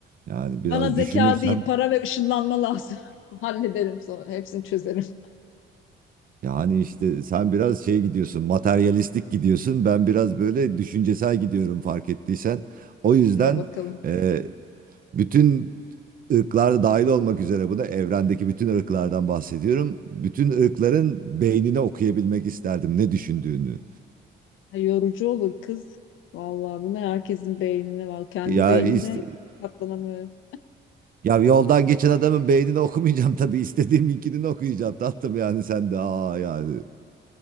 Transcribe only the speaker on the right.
Yani
biraz
düşünürsem
yani işte sen biraz şey gidiyorsun materyalistik gidiyorsun ben biraz böyle düşüncesel gidiyorum fark ettiysen. O yüzden...
Ee, Bütün ırklarda dahil olmak üzere buna evrendeki bütün ırklardan bahsediyorum. Bütün ırkların beynini okuyabilmek isterdim ne düşündüğünü.
Ya
ist-
ya yoldan geçen adamın beynini okumayacağım tabii istediğim ikilini okuyacağım tatlım yani sen de aa yani.